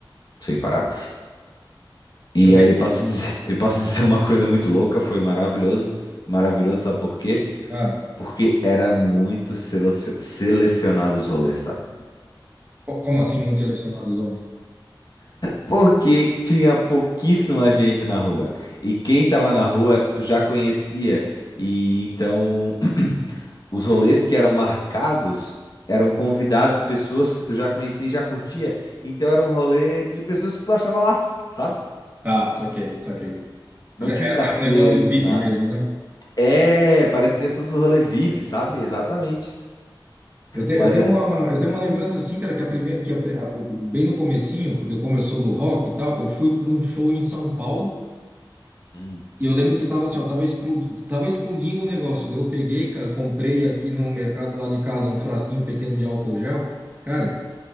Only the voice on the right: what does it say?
Eu tenho.
Ah,
co- como assim, muito selecionados homens?
Tá, saquei, saquei.
Já
é,
é um negócio VIP
mesmo, né?
Eu, te, eu
tenho
uma, eu tenho uma lembrança assim, cara, que a primeira, que a, a- o- bem no comecinho, porque como eu sou do rock e tal, eu fui para um show em São Paulo
e eu lembro que tava assim, ó, tava explodindo, tava explodindo o negócio. Daí eu peguei, cara, comprei aqui no mercado lá de casa um frasquinho pequeno de álcool gel. Cara,